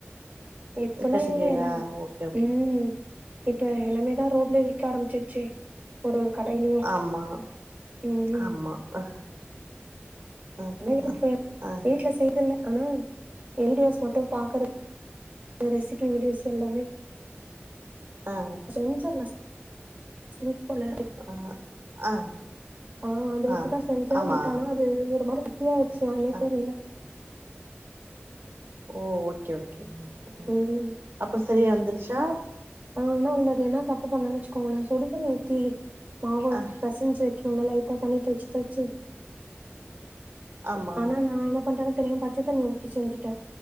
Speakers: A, on the right; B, on the right.
A: இப்பல்லா
B: கத்திரிக்கா
A: எங்க எல்லா
B: ஆ ஓகே
A: உ இப்ப எல்லாமே தா ரோட்லே விக்க ஆரம்பிச்சிச்சே ஒரு ஒரு கடையிலையு
B: ஆமா
A: உம்
B: ஆமா ஆ ஆ
A: என்ன வீட்ல
B: ஆ
A: வீட்ல செய்தில்ல ஆனா வீடியோஸ் மட் டு பாக்கற ரெசிபி வீடியோஸ் எல்லாமே
B: ஆ
A: செஞ்ஜர்லா சுவிட் போல
B: ஆ ஆ
A: ஆஹ அத வச்சுதா
B: ஆ
A: செஞ்சே
B: ஆமா
A: பட் ஆனா அது ஒரு மாரி இப்டி ஆயிடுச்சு ஆண்ணே
B: அ
A: தெரில
B: ஓ ஓகே ஓகே உம்
A: ம்
B: அப்புறஸ் சரியா வந்துருச்சா
A: நானா முன்னடின்னா தப்பு பண்ணன்னு வச்சுகோங்களே சுடுதண்ணி ஊத்தி மாவா
B: அ
A: பெசஞ்சு <unintelligible> லைட்டா தண்ணி தொழுச்சு தொழுச்சு
B: ஆமா
A: ஆனா நா என்ன பண்றதுன்னு தெரியாம பச்சத்தண்ணி ஊத்தி செஞ்சு